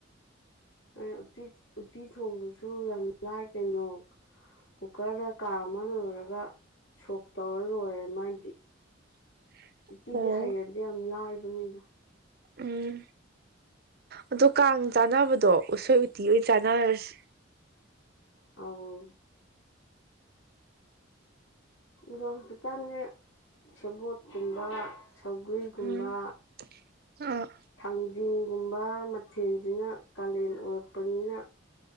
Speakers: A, on the left; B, on the right.
A: ꯑꯦ ꯎꯠꯇꯤ ꯎꯠꯇꯤ ꯊꯣꯡꯕꯁꯨ ꯌꯥꯝ ꯂꯥꯏ ꯀꯩꯅꯣ ꯀꯨꯀꯔꯗ ꯀꯥꯃ ꯂꯣꯏꯔꯒ ꯁꯣꯛ ꯇꯧꯔ ꯂꯣꯏꯔꯦ ꯃꯥꯏꯗꯤ
B: <unintelligible>
A: ꯎꯠꯇꯤꯗꯤ
B: ꯑꯣ
A: ꯍꯩꯔꯗꯤ ꯌꯥꯝ ꯂꯥꯏꯕꯅꯦꯗ
B: ꯎꯝ ꯑꯗꯣ ꯀꯥꯡ ꯆꯥꯅꯕꯗꯣ ꯎꯁꯣꯏ ꯎꯠꯇꯤ ꯑꯣꯏꯅ ꯆꯥꯟꯅꯔꯁꯤ
A: ꯑꯧ ꯑꯗꯣ ꯍꯧꯖꯤꯛꯀꯥꯟꯗꯤ ꯁꯦꯕꯣꯠꯀꯨꯝꯕ ꯁꯧꯒ꯭ꯔꯤꯒꯨꯝꯕ
B: ꯎꯝ ꯑ
A: ꯊꯥꯡꯖꯤꯡꯒꯨꯝꯕ ꯃꯊꯦꯜꯁꯤꯅ ꯀꯥꯂꯦꯟ ꯑꯣꯏꯔꯛꯄꯅꯤꯅ